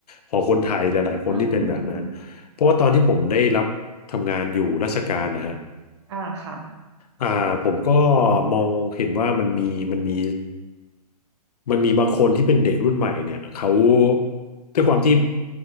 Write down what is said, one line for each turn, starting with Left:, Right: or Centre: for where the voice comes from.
Left: ของคนไทยหลายๆคนที่เป็นแบบนั้นเพราะว่าตอนที่ผมได้รับทำงานอยู่ราชการนะฮะ
Right: อืมอ่าค่ะ
Left: อ่าผมก็มองเห็นว่ามันมีมันมีมันมีบางคนที่เป็นเด็กรุ่นใหม่เนี่ยเขาด้วยความที่